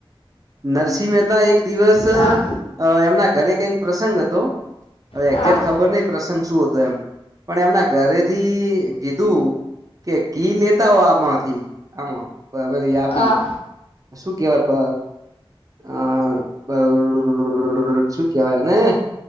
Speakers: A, on the right; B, on the left.
A: નરસિંહ મહેતા એક દિવસ
B: હા
A: અ એમના ઘરે કઈક પ્રસંગ હતો હવે
B: હા
A: એકજેકટ ખબર ખબર નહીં પ્રસંગ શું હતો એમ પણ એમના ઘરેથી કીધું કે કી લેતા હો આમાંથી આમાં પ હવે તો એ આપી
B: હા
A: શું કેવાય બ અહ બ ડ શું કેવાયને એને